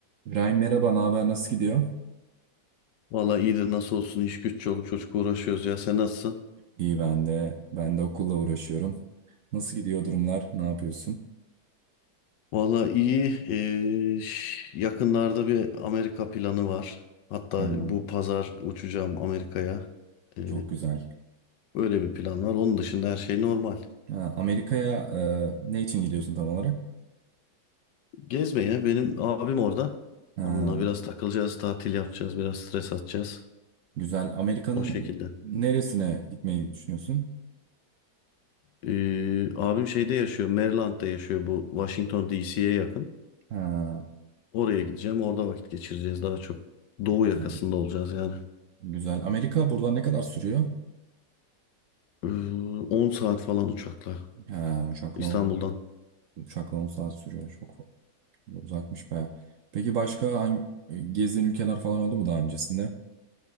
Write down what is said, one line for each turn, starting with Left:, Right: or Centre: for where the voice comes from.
Right: İbrahim merhaba, ne haber? Nasıl gidiyor?
Left: Valla iyidir nasıl olsun iş güç çoluk çocuk uğraşıyoruz ya sen nasılsın?
Right: İyi ben de. Ben de okulla uğraşıyorum. Nasıl gidiyor durumlar? Ne yapıyorsun?
Left: Valla iyi Ee, ş- yakınlarda bir Amerika planı var. Hatta
Right: Ha,
Left: bu pazar uçacağım Amerika'ya. Ee,
Right: çok güzel.
Left: öyle bir plan var. Onun dışında her şey normal.
Right: Ha, Amerika'ya e, ne için gidiyorsun tam olarak?
Left: Gezmeye benim abim orada.
Right: Ha,
Left: Onunla biraz takılacağız, tatil yapacağız, biraz stres atacağız.
Right: güzel. Amerika'nın
Left: O şekilde.
Right: neresine gitmeyi düşünüyorsun?
Left: Ee, abim şeyde yaşıyor, Maryland'da yaşıyor bu Washington DC'ye yakın.
Right: Ha,
Left: Oraya gideceğim, orada vakit geçireceğiz daha çok. Doğu yakasında
Right: güzel.
Left: olacağız yani.
Right: Güzel. Amerika buradan ne kadar sürüyor?
Left: Ee, 10 saat falan uçakla
Right: Ha, uçakla,
Left: İstanbul'dan.
Right: on- uçakla 10 saat sürüyor. Çok fa- uzakmış baya. Peki başka hangi e, gezdiğin ülkeler falan oldu mu daha öncesinde?